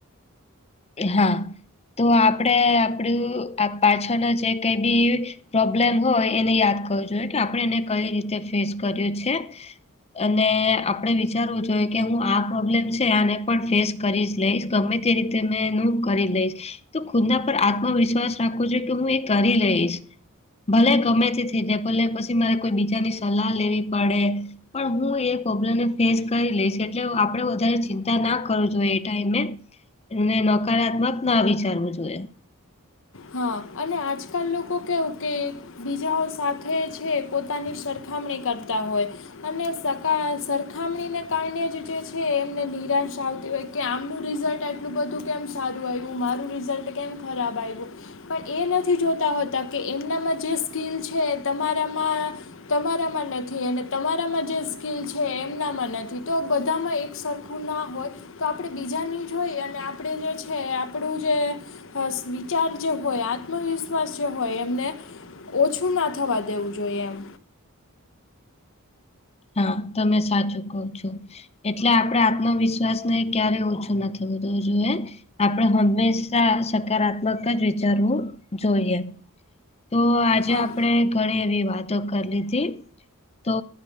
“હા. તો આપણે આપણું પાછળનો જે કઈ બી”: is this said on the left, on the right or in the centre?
Left